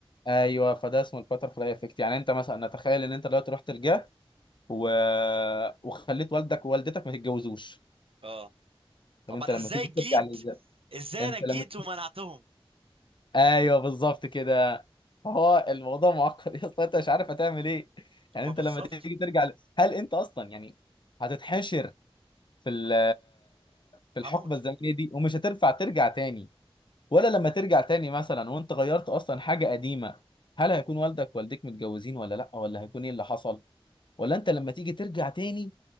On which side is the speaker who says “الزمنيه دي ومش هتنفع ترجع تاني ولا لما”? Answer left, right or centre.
Left